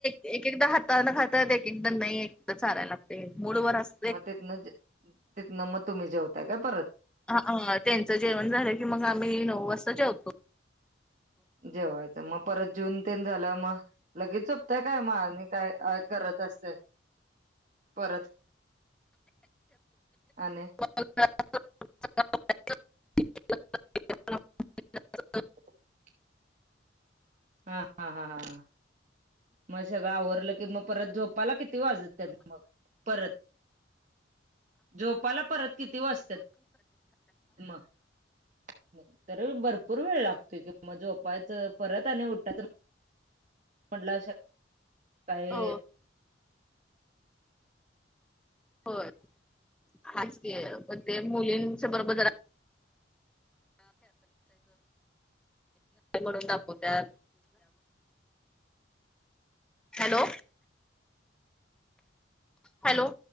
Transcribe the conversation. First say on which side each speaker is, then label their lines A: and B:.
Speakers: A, in the centre; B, on the right.
A: एकदा हाताना खातात एक एकदा नाही एक चालायला लागते मुडवर अस
B: मग तिथन तिथन मग तुम्ही जेवताय काय परत
A: होवु न त्यांच जेवण झाल की मग आम्ही नऊ वाजता जेवतो
B: जेवायच मग परत जेवुन तेन झाल्यावर मग लगेच झोपताय काय मग आणि काय करत असते परत आणि
A: <unintelligible> <inaudible>
B: <inaudible> <unintelligible> हां -हां - हां हां मंग सगळं आवरलं की मंग परंत झोपायला किती वाजतं त्यांत मंग परंत, झोपायंला परंत किती वाजते मंग? तरी भरंपूर वेळ लागतो की मं झोपाचं परंत आणि उठांयचं- म्हणल्यांवर सकाळीं-
A: हो होयं हांच कि ते मुलींच्या बरोबर जरां म्हणूंन दाखवते हॅलो हॅलो.